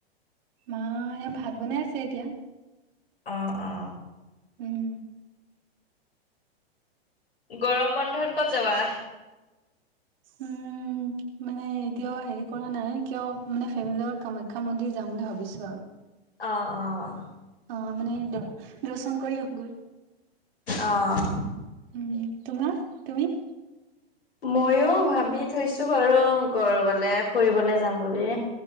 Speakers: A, on the right (about 60°); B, on the left (about 80°).
A: ম ভাত বনাই আছে এতিয়া।
B: অ অ
A: উম
B: গৰম বন্ধত ক'ত যাবা।
A: উম মানে এতিয়াও হেৰি কৰা নাই কিয় মানে ফেমিলিৰ লগত কামাখ্যা মন্দিৰ যাম বুলি ভাবিছো। আৰু
B: অ', অ'।
A: অ' মানে দ দৰ্শন কৰি আহো গৈ।
B: অ'।
A: উম, তোমাৰ, তুমি।
B: ময়ো ভাবি থৈছোঁ বাৰু ক'ৰবালে ফুৰিবলে যাম বুলি।